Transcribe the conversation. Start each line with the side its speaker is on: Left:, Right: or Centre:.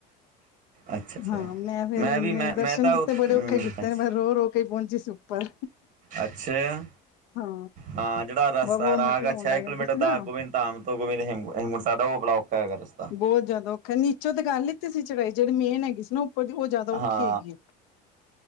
Right: ਅੱਛਾ ਅੱਛਾ
Left: ਹਾਂ, ਮੈਂ ਫੇਿਰ
Right: ਵੀ ਮੈਂ ਮੈਂ
Left: ਦਰਸ਼ਨ
Right: ਤਾਂ
Left: ਕੀਤੇ,
Right: ਉ-
Left: ਬੜੇ
Right: ਹਮ,
Left: ਔਖੇ ਕੀਤੇ,
Right: ਅੱਛਾ
Left: ਨੇ ਮੈਂ ਰੋ ਰੋ ਕੇ ਪੋਂਚੀ ਸੀ ਉੱਪਰ
Right: ਅੱਛਾ।
Left: ਹਾਂ
Right: ਹਾਂ ਜੇੜਾ ਰਸਤਾ
Left: ਬ ਵੋਮਟਿੰਗ
Right: ਰਾਗਾ
Left: ਹੋਣ
Right: ਛੇ
Left: ਲੱਗ
Right: ਕਿਲੋਮੀਟਰ
Left: ਜਾਂਦੀ ਸੀ ਨਾ
Right: ਦਾ ਗੋਬਿੰਦ ਧਾਮ ਤੋਂ ਹੇਮਕੁੰਟਸਾਬ ਦਾ ਸਾਡਾ ਉਹ ਬੜਾ ਔਖਾ ਹੈਗਾ ਰਸਤਾ
Left: ਉਹ ਜਦੋਂ ਨੀਚੋ ਤੇ ਕਰ ਲਿੱਤੀ ਸੀ ਚੜਾਈ, ਜੇੜੀ ਮੇਨ ਹੈਗੀ ਸੀ, ਨਾ ਉਪਰ ਦੀ ਉਹ ਜ਼ਿਆਦਾ ਔਖੀ
Right: ਹਾਂ
Left: ਹੈਗੀ ਹੈ